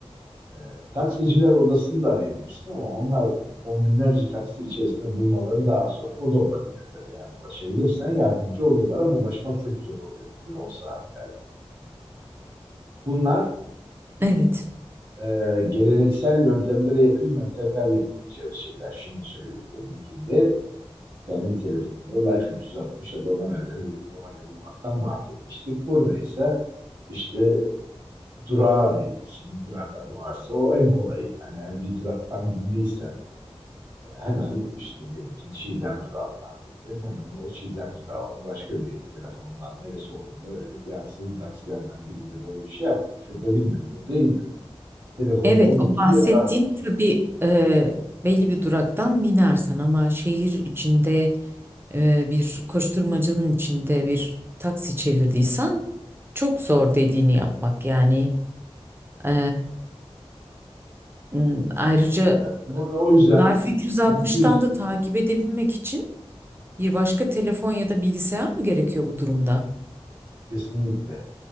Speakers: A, on the right; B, on the right.
A: E, taksiciler odasını da arayabilirsin ama onlar on binlerce taksi içerisinde bulmaları daha zor. O da olabilir tabii. Yani ulaşabilirsen yardımcı oluyorlar ama ulaşmak çok zor oluyor yoğun saatlerde. Bunlar
B: Evet.
A: e, geleneksel yöntemlere yakın yöntemler yapabileceğimiz şeyler. Şimdi söylediklerim ilkinde kendi telefonunu Life 360 ya da ona benzer bir uygulamayla bulmaktan bahsetmiştik. Burada ise işte durağı arayabilirsin. Durak adı varsa o en kolayı. Yani eğer bir duraktan bindiysen e, hemen işte diyelim ki Çiğdem durağından bindin. Hemen o Çiğdem durağını başka bir telefondan neresi olduğunu öğrenip ya sizin taksilerden birinde böyle bir şey yaptık. Şurada bindim, burada indim telefonumu
B: Evet,
A: unuttum
B: o bahsettiğin
A: bir arar
B: tabii e, belli bir duraktan binersen ama şehir içinde e, bir koşturmacanın içinde bir taksi çevirdiysen çok zor dediğini yapmak yani. E, m, ayrıca
A: Burada, o yüzden
B: Life 360'tan
A: mümkün
B: da takip edebilmek için bir başka telefon ya da bilgisayar mı gerekiyor bu durumda?
A: kesinlikle.